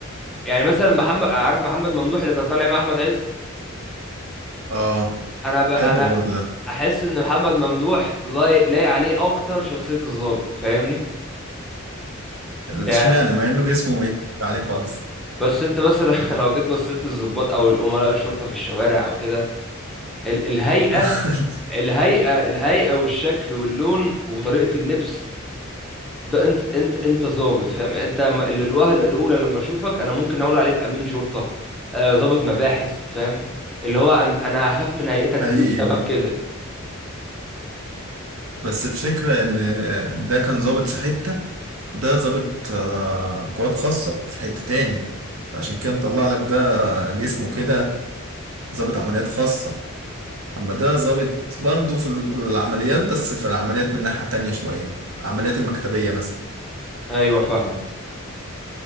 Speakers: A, in the centre; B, on the right (about 75°).
A: يعني مثلا محمد عارف محمد ممدوح اللي كان طالع مع احمد عز
B: آه
A: انا ب... انا
B: بحبه برضو ده
A: احس ان محمد ممدوح لايق لايق عليه اكتر شخصية الضابط فاهمني يعني
B: اشمعنى مع إنه جسمه ما يتفقش عليه خالص
A: بس انت مثلا <laughs> لو جيت بصيت للضباط او الامراء الشرطة في الشوارع او كده ال... الهيئة
B: <laughs>
A: الهيئة الهيئة والشكل واللون وطريقة اللبس ده انت انت انت ظابط فاهم انت م- ال- الوهلة الأولى لما اشوفك انا ممكن اقول عليك امين شرطة آه، ظابط مباحث فاهم اللي هو أن انا هخاف من هيئتك دي
B: حقيقي
A: بسبب
B: يعني
A: كده
B: بس الفكرة إن ده كان ظابط في حتة وده ظابط آه، قوات خاصة في حتة تاني فعشان كده مطلع لك ده جسمه كده ظابط عمليات خاصة أما ده ظابط برضه في العمليات بس في العمليات من ناحية تانية شوية العمليات المكتبية مثلا
A: ايوه فاهمة